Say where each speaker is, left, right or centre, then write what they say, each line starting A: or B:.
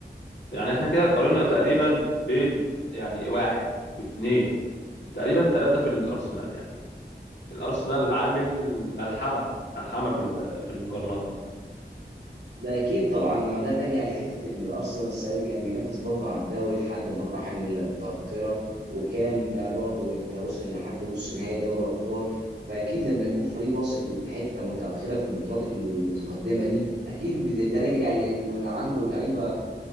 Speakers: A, on the left (about 80°); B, on the right (about 80°).
A: يعني احنا كده قارنا
B: اكيد
A: تقريبا بين يعني واحد واتنين تقريبا تلاتة في الأرسنال يعني الأرسنال عامل ملحمة ملحمة في ال- في المقارنات دي
B: ده اكيد طبعا ما ده راجع لحته ان الارسنال السنه دي كان بينافس برضه على الدوري لحد مراحل متاخره وكان برضه انت وصل لحد نص نهائي دوري الابطال فاكيد لما يكون فريق واصل لحته متاخره في البطولات المتقدمه دي اكيد بد- ده راجع لان عنده لعيبه